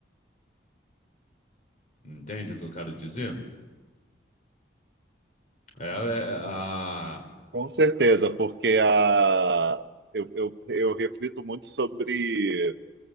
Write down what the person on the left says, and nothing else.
Entende o que eu quero dizer? É, é, a-